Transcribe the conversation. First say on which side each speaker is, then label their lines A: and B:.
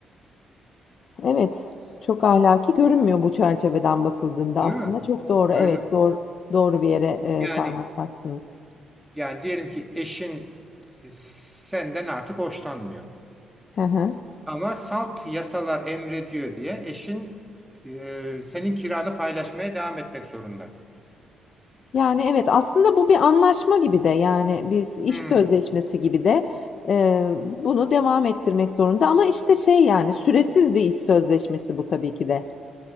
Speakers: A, on the left; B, in the centre.
A: Evet. Çok ahlaki görünmüyor bu çerçeveden bakıldığında
B: Değil
A: aslında
B: mi?
A: çok doğru.
B: Böyle
A: Evet doğru doğru bir yere e,
B: yani
A: parmak bastınız.
B: yani diyelim ki eşin e, senden artık hoşlanmıyor.
A: Hı hı.
B: Ama salt yasalar emrediyor diye eşin e, senin kiranı paylaşmaya devam etmek zorunda.
A: Yani evet aslında bu bir anlaşma gibi de yani biz iş
B: Hmm.
A: sözleşmesi gibi de e, bunu devam ettirmek zorunda ama işte şey yani süresiz bir iş sözleşmesi bu tabii ki de.